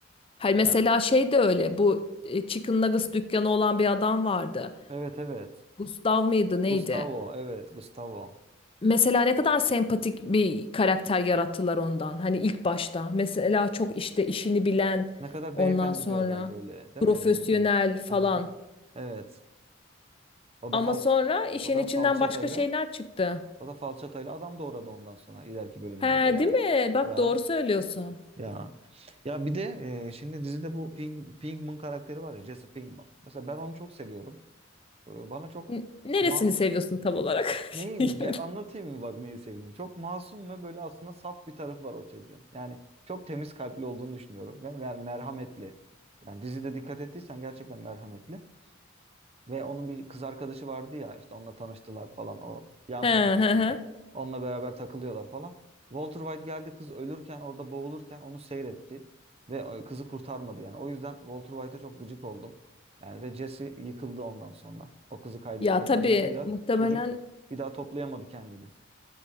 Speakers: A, on the left; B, on the right.
A: Her mesela
B: Ya
A: şey de öyle. Bu e, Chicken Nuggets dükkanı olan bir adam vardı.
B: Evet evet
A: Gustav mıydı neydi?
B: Gustavo evet Gustavo
A: Mesela ne kadar sempatik bir karakter yarattılar ondan. Hani ilk başta. Mesela çok işte işini bilen
B: ne kadar
A: ondan
B: beyefendi
A: sonra
B: bir adam böyle değil
A: profesyonel
B: mi? Düzgün.
A: falan.
B: Aha. Evet o da
A: Ama
B: falç
A: sonra işin
B: o da
A: içinden
B: falçatayla
A: başka şeyler çıktı.
B: O da falçatayla adam doğradı ondan sonra ileriki bölümlerde
A: He,
B: yani.
A: değil mi? Bak
B: Ya
A: doğru söylüyorsun.
B: ya. Ya bir de e, şimdi dizide bu Pink, Pinkman karakteri var ya Jesse Pinkman. Mesela ben onu çok seviyorum. E, bana çok
A: N- Neresini
B: ma
A: seviyorsun tam olarak?
B: neyi
A: <laughs> Yani.
B: ge- anlatayım mı bak neyi sevdiğimi. Çok masum ve böyle aslında saf bir tarafı var o çocuğun. Yani çok temiz kalpli olduğunu düşünüyorum ve mer merhametli. Yani dizide dikkat ettiysen gerçekten merhametli. Ve onun bir kız arkadaşı vardı ya işte onunla tanıştılar falan o yan
A: He, he,
B: komşusuydu.
A: he.
B: Onunla beraber takılıyorlar falan. Walter White geldi kız ölürken orada boğulurken onu seyretti ve o- kızı kurtarmadı yani. O yüzden Walter White'e çok gıcık oldum. Yani ve Jesse yıkıldı ondan sonra. O kızı kaybetmenin
A: Ya tabii
B: acısıyla
A: muhtemelen
B: çocuk bir daha toplayamadı kendini.